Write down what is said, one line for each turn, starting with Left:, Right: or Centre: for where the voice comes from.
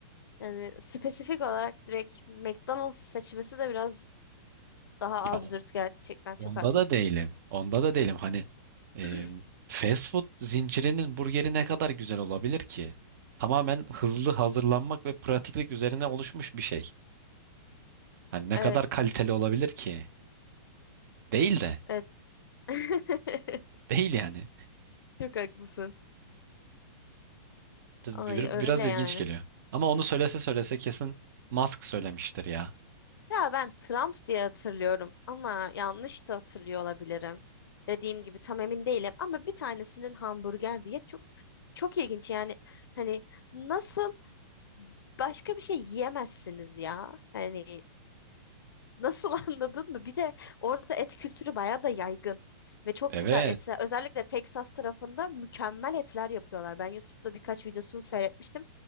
Left: Yani spesifik olarak direkt McDonald's'ı seçmesi de biraz daha
Right: Ya
Left: absürt
Right: o-
Left: gerçekten. Çok
Right: onda
Left: haklısın.
Right: da değilim. Onda da değilim. Hani e,
Left: <clears throat>
Right: fast food zincirinin burgeri ne kadar güzel olabilir ki? Tamamen hızlı hazırlanmak ve pratiklik üzerine oluşmuş bir şey. Hani ne
Left: Evet.
Right: kadar kaliteli olabilir ki? Değil de.
Left: Evet. <laughs>
Right: Değil yani.
Left: Çok haklısın.
Right: Bir-
Left: Ay öyle
Right: Biraz ilginç
Left: yani.
Right: geliyor. Ama onu söylese söylese kesin Musk söylemiştir ya.
Left: Ya ben Trump diye hatırlıyorum ama yanlış da hatırlıyor olabilirim. Dediğim gibi tam emin değilim ama bir tanesinin hamburger diye çok çok ilginç yani hani nasıl başka bir şey yiyemezsiniz ya. Hani Nasıl <laughs> anladın mı? Bir de orada et kültürü bayağı da yaygın. Ve çok
Right: Evet.
Left: güzel etler. Özellikle Texas tarafında mükemmel etler yapıyorlar. Ben YouTube'da birkaç videosunu seyretmiştim.